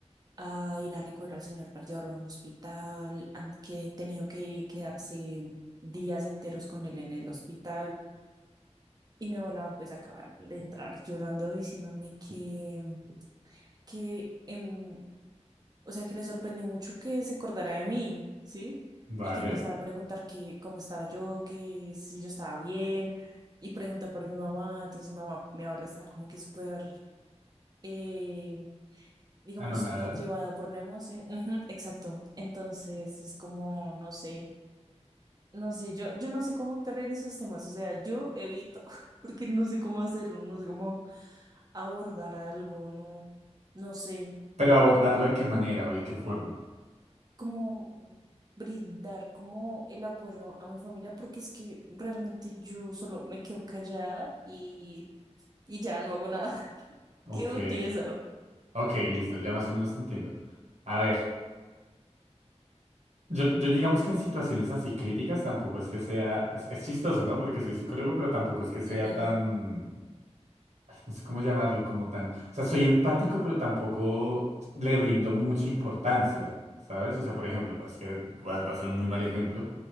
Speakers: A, on the right; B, on the right.
A: a ir a recoger al señor para llevarlo a un hospital, han que he tenido que quedarse días enteros con él en el hospital. Y mi abuela pues acaba de entrar llorando diciéndome que, que em, o sea, que le sorprendió mucho que se acordara de mí, ¿sí?
B: vale.
A: Y que empezara a preguntar que cómo estaba yo, que si yo estaba bien, y preguntó por mi mamá, entonces mi mamá, mi abuela estaba como que súper eh, digamos,
B: Ah, no, nada.
A: súper llevada por la emoción. Ujú, exacto. Entonces es como, no sé, no sé, yo, yo no sé cómo actuar en esos temas, o sea, yo evito, <laughs> porque no sé cómo hacerlo, no sé cómo abordar algo, no, no sé
B: Pero abordarlo de qué manera o de qué forma.
A: cómo brindar como el apoyo a mi familia, porque es que realmente yo solo me quedo callada y, y ya no hago nada, <laughs>
B: Ok,
A: quedo tiesa.
B: ok, listo, ya más o menos te entiendo. A ver. Yo, yo digamos que en situaciones así críticas tampoco es que sea, es, es chistoso, ¿no? Porque soy psicólogo, pero tampoco es que sea
A: Ujú,
B: tan, no sé cómo llamarlo, como tan, o sea, soy empático, pero tampoco le brindo mucha importancia, ¿sabes? O sea, por ejemplo, es que va, va a ser un muy mal ejemplo,